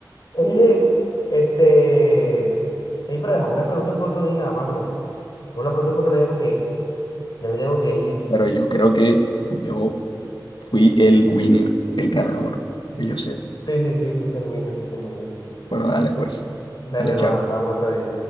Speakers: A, on the left; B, on the left.
A: Oye, este. Ey, pero dejamos las preguntas para otro día, mano. Dejamos las preguntas para otro día porque ya me tengo que ir.
B: Pero yo creo que yo fui el winner, el ganador, que yo sé.
A: Sí, sí, sí, fuiste el winner, fuiste el winner.
B: Bueno, dale pues.
A: Dale,
B: Dale,
A: hermano,
B: chao.
A: hablamos otro día.